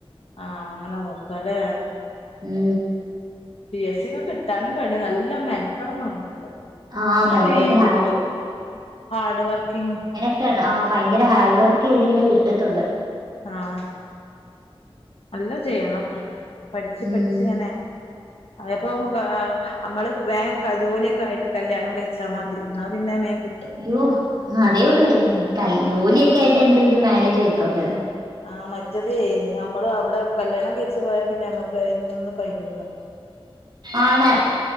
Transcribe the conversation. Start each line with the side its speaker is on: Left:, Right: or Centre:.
Left: ആഹ്, അങ്ങനെ നോക്കാല്ലേ.
Right: ഉം.
Left: പി എസ് സി ഒക്കെ കിട്ടാനും പണ്യാ നല്ല മെൻകടണം നമ്മള്.
Right: ആ
Left: ന്നാമേം
Right: ഭയങ്കരമായിട്ട് ഹാർഡ്
Left: കിട്ടും. ഹാഡ് വർക്കിംഗ്
Right: <unintelligible> ആഹ്, പയങ്കര ഹാർഡ് വർക്കെയ്തെങ്കിലെ കിട്ടത്തൊള്ള്.
Left: ആഹ്, നല്ലം ചെയ്യണം. പഠിച്ച്
Right: ഉം
Left: പഠിച്ച്ങ്ങനെ അതേപ്പൊ അമ്മള് വേം ക ജോലിയൊക്കായിട്ട് കല്ല്യാണം കഴിച്ചാ മതി. ന്നാ പിന്നെ മേം കിട്ടും.
Right: യോ അതേഒള്ള് കൽ ജോലിയൊക്കെ ആയിട്ടെ എന്തേലും മാരേജ് ചെയ്യത്തൊള്ള്.
Left: ആഹ്, മറ്റേത് ഞമ്മള് അവ്ടെ കല്ല്യാണം കഴ്ച്ച് പോയാ പിന്നെ ഞമ്മക്ക് അയ്ന്നും കയ്യൂല.
Right: ആണ്.